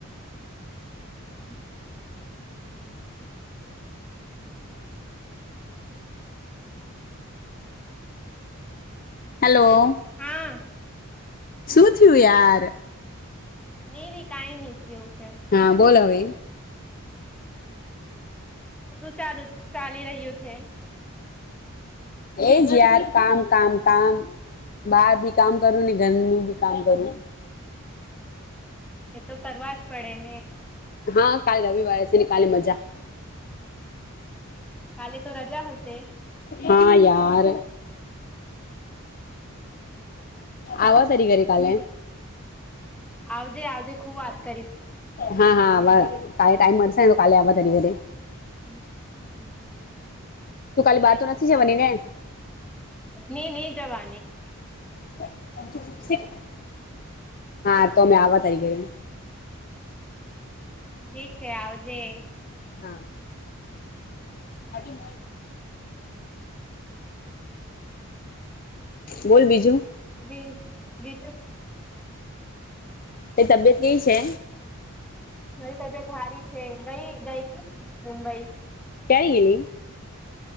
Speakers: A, in the centre; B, on the left.
A: <inaudible>
B: હાલો.
A: હા.
B: શું થ્યું યાર.
A: નઈ નઈ કઈ નઈ થયું છે
B: હા, બોલ હવે
A: શું ચાલુ ચાલી રહ્યું છે?
B: એ જ યાર કામ કામ કામ. બારભી કામ કરું ને ઘરનું બી કામ કરું.
A: એ તો કરવા જ પડે ને
B: હા કાલે રવિવારે છે ને કાલે મજા.
A: કાલે તો રજા હશે
B: હાં યાર આવા સ તરી ઘરે કાલે
A: આવજે આવજે ખુબ વાત કરીશ
B: હા હા વા કાલે ટાઈમ મળશે ને તો કાલે આવા તારી ઘરે
A: <unintelligible>
B: તું કાલે બહાર તો નથી જવાની ને
A: ની ની જવાની
B: <unintelligible> હા તો મેં આવા તારી ગયે
A: ઠીક છે આવજે
B: હા. હાજી મોજ બોલ બીજું
A: જી જીજ <inaudible>
B: તાઈ તબિયત કેવી છે?
A: મારી તબિયત હારી છે ગઈ ગઈતી મુંબઈ
B: કંઈ ગેલી